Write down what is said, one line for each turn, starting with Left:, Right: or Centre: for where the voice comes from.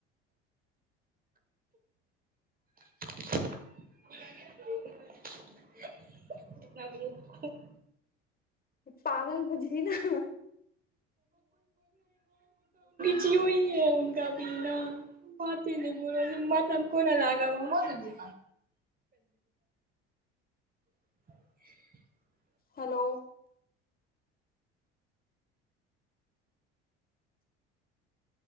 Right: <unintelligible>
Left: पागल बजरीना।
Right: जियो ही है उनका भी न। भात नहि बोल ब कोना लागाब बात। <unintelligible>
Left: हेलो।